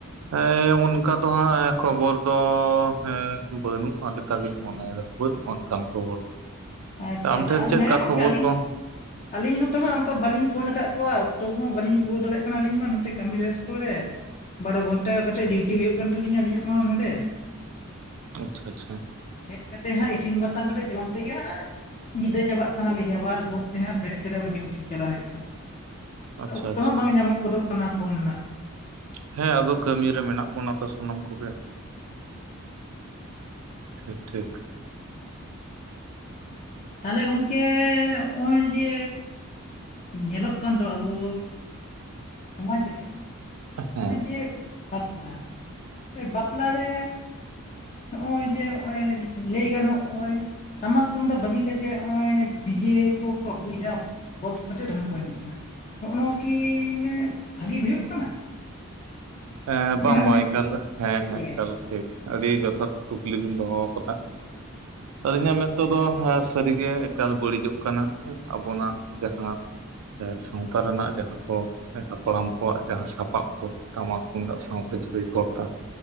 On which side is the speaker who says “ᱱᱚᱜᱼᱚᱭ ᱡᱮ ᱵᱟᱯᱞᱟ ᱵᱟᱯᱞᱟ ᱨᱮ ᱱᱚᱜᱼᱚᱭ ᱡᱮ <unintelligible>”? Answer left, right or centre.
Left